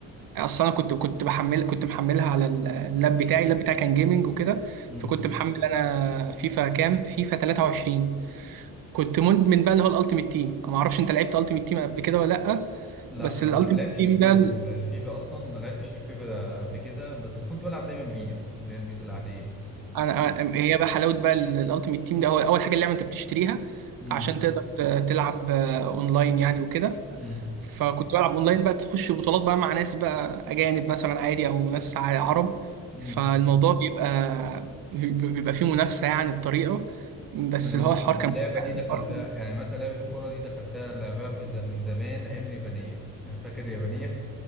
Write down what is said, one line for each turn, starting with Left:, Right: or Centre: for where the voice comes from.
Right: اصلا انا كنت كنت بحمل كنت محملها على اللاب بتاعي اللاب بتاعي كان جيمنج وكده
Centre: مم.
Right: فكنت محمل انا فيفا كام فيفا 23 كنت مدمن بقى اللي هو الالتيميت تيم انا ما اعرفش انت لعبت الالتيميت تيم قبل كده ولا لا
Centre: لا
Right: بس الالتيميت
Centre: ما ما لعبتش
Right: تيم
Centre: الفي...
Right: ده ال-
Centre: الفيفا اصلا ما لعبتش الفيفا ده قبل كده بس كنت بلعب دايما بيس اللي هي البيس العاديه
Right: انا أنا- هي بقى حلاوه بقى الالتيميت تيم ده هو اول حاجه اللعبه انت بتشتريها
Centre: مم.
Right: عشان تقدر ت- تلعب آه، اونلاين يعني وكده
Centre: مم.
Right: فكنت بلعب اونلاين بقى تخش بطولات بقى مع ناس بقى اجانب مثلا عادي او ناس ع- عرب
Centre: مم.
Right: فالموضوع بيبقى بيبقى فيه منافسه يعني بطريقه بس
Centre: انا
Right: اللي هو الحوار
Centre: اللعبه
Right: كان ممتع
Centre: دي
Right: يعني.
Centre: دخلتها
Right: الحوار كان-
Centre: يعني مثلا لعبه الكره دي دخلتها لعبها في زم- من زمان ايام اليابانيه يعني فاكر اليابانيه